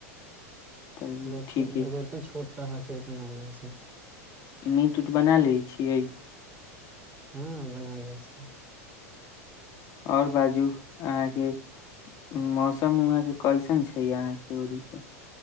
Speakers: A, on the left (about 45°); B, on the right (about 20°).
A: चलिय
B: रोटी
A: ठीके
B: रोटी छोड़ हर चीज बना लै छै
A: मीट उट बना लैत छियै
B: हँ बना लइ छै
A: आओर बाजू अहाँके मौसम वहाँके कैसन छै अहाँके उड़ीके